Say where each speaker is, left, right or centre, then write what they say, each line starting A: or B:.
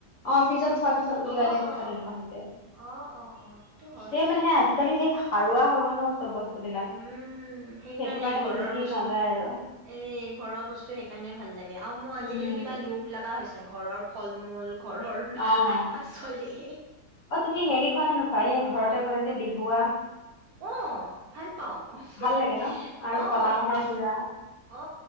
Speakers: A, on the left; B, on the right.
A: অ ফ্ৰিজত থোৱাৰ পিছত উলিয়াই
B: অ
A: দিয়া পিছত
B: অ অ
A: এনেকুৱা
B: অ
A: হৈছে
B: অ অ অ সেইটো হয়
A: সেই মানে সে আজিকালি সেই সাৰুৱা হৈ গল ন চব বিলাক
B: উম সেইকাৰণে
A: সেইটো কাৰণে
B: ঘৰৰ
A: বেছি দিন
B: বস্তু
A: নাযায় আৰু
B: এ ঘৰৰ বস্তু সেইকাৰণে ভাল লাগে আৰু মোৰ আজিকালি
A: উম
B: কিবা লোভ লগা হৈছে ঘৰৰ ফল মূল ঘৰৰ শাক
A: অ
B: পাচলি
A: অ তুমি হেৰি খোৱা নে নোখোৱা এই ঘৰতে বলাই যে বিহুৱা
B: আহ ভাল পাওঁ ওহহ
A: ভাল লাগে ন আৰু
B: অহ
A: কলা মাহৰ গুড়া
B: অ